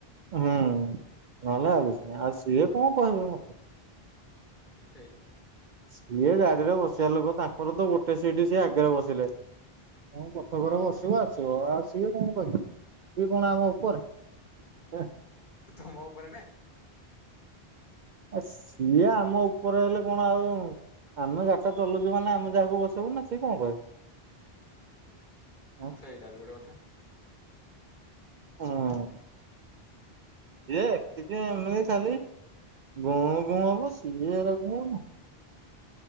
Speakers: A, on the right; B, on the left.
A: ହୁଁ ନହେଲେ ଆଉ କିଛିନାହିଁ, ଆଉ ସିଏ କଣ କହିବେ ମତେ?
B: ସେଇତ ଆଉ
A: ସିଏ ଗାଡିରେ ବସିବା ଲୋକ, ତାଙ୍କର ତ ଗୋଟେ ସିଟ ସିଏ ଆଗରେ ବସିଲେ। ହଁ ପଛକରେ ବସିବ ଆସିବ ଆଉ ସିଏ କଣ କହିବେ ସିଏ କଣ ଆମ ଉପରେ? ହୁଁ।
B: ତମ ଉପରେ ନା?
A: ଆ ସିଏ ଆମ ଉପରେ ହେଲେ କଣ ଆଉ ଆମେ ଗାଡ଼ିଟା ଚଲଉଛୁ ମାନେ ଆମେ ଯହାକୁ ବସେଇବୁ ନା, ସେ କଣ କହିବେ? ଆଁ
B: ଆଚ୍ଛା ସେଇଟାବି ଗୋଟେ କଥା।
A: ହଁ। ସିଏ ଏତିକି ଇଏ ଖାଲି ଗୁଁ ଗୁଂ ହବ ସିନିଅର ମୁଁ।